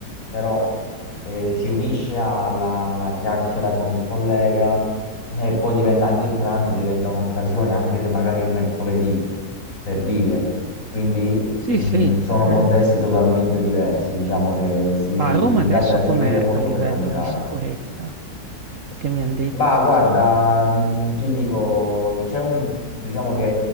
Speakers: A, on the left (about 45°); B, on the right (about 50°).
A: Però eh, si unisce alla alla chiacchiera con il collega eh, e poi diventa anche il pranzo, diventa un'occasione, anche se magari è mercoledì, per dire. Quindi
B: Sì,
A: mh,
B: sì. eh.
A: sono contesti totalmente diversi, diciamo che si- in
B: A Roma
A: Italia
B: adesso com'è
A: si vive molto
B: a livello
A: per mangiare.
B: di sicurezza? Perché mi hanno detto
A: Ma
B: la
A: guarda,
B: stazione.
A: mh, ti dico, c'è un, diciamo che